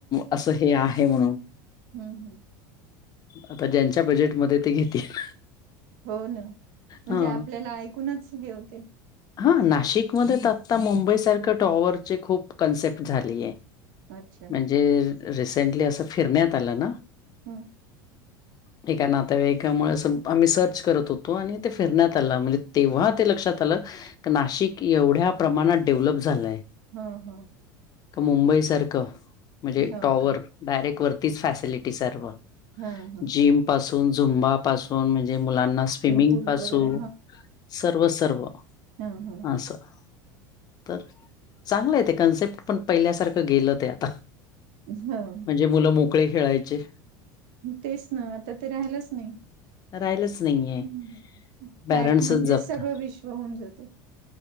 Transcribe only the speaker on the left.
असं हे आहे म्हणून
आता ज्यांच्या बजेटमध्ये ते घेतील.
हा
हा नाशिकमध्ये त आता मुंबईसारख्या टॉवरचे खूप कॉन्सेप्ट झालीये.
जे र रिसेंटली असं फिरण्यात आलं ना
ठीकाणात त्याव एकामुळे असं आम्ही सर्च करत होतो आणि ते फिरण्यात आलं म्हणजे तेव्हा ते लक्षात आलं का नाशिक एवढ्या प्रमाणात डेव्हलप झालाय.
का मुंबई सारख मजे
टॉवर
डायरेक्ट वरतीच फॅसिलिटी सर्व
जिम पासून झुंबापासू सून म्हणजे मुलांना स्विमिंग
पासू
सर्व सर्व
असं तर चांगलं आहे ते कन्सेप्ट पण पहिल्यासारखं गेलं ते आता
म्हणजे मुलं मोकळे खेळायचे
राहिलंच नाहीये
पॅरेंट्सच
जपता